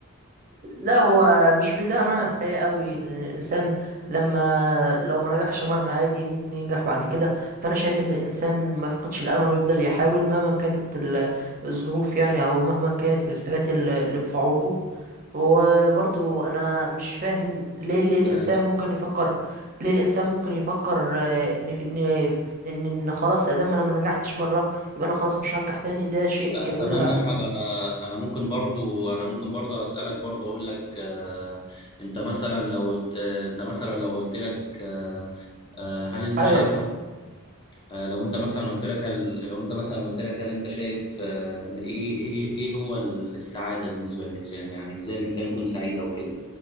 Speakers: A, on the right (about 40°); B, on the left (about 20°).
A: لا هو مش بيضيع معنى الحياة قوي الإنسان لما لو ما نجحش مرة عادي ممكن ينجح بعد كده فأنا شايف إن الإنسان ما يفقدش الأمل ويفضل يحاول مهما كانت ال- الظروف يعني أو مهما كانت الحاجات اللي اللي بتعوقه وبرضو انا مش فاهم ليه ليه الانسان
B: آه
A: ممكن يفكر ليه الانسان ممكن يفكر آه، ان ان ان إن خلاص ادام انا ما نجحتش مره يبقى انا خلاص مش هنجح تاني ده شيء
B: آه
A: يدل
B: تمام يا احمد انا انا ممكن برضو انا ممكن برضو اسالك برضو اقول لك آه انت مثلا لو قلت آه انت مثلا لو قلت لك آه آه هل انت
A: ايوه
B: شايف
A: اتفضل
B: آه، لو انت مثلا قلت لك هل لو انت مثلا قلت لك هل انت شايف آه، ايه ايه ايه هو السعاده بالنسبه للانسان يعني ازاي الانسان يكون سعيد او كده